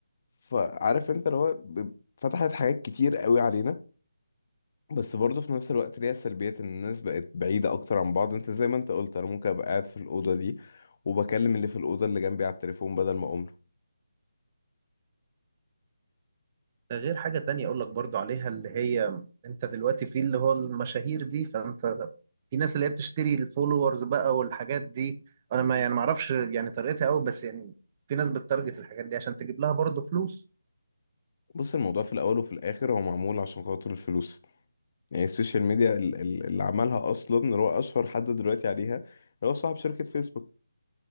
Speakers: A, on the left (about 40°); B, on the right (about 25°).
A: فعارف انت اللي هو ب- فتحت حاجات كتير قوي علينا بس برضه في نفس الوقت ليها سلبيات ان الناس بقت بعيدة اكتر عن بعض انت زي ما انت قلت انا ممكن ابقى قاعد في الأوضة دي وبكلم اللي في الأوضة اللي جنبي على التليفون بدل ما أقوم
B: ده غير حاجة تانية أقول لك برضو عليها اللي هي أنت دلوقتي في اللي هو المشاهير دي فأنت في ناس اللي هي بتشتري الفولورز بقى والحاجات دي أنا ما يعني ما أعرفش يعني طريقتها أوي بس يعني في ناس بتتارجت الحاجات دي عشان تجيب لها برضو فلوس
A: بص الموضوع في الاول وفي الاخر هو معمول عشان خاطر الفلوس يعني السوشيال ميديا ال- ال- اللي عملها اصلا اللي هو اشهر حد دلوقتي عليها اللي هو صاحب شركة فيسبوك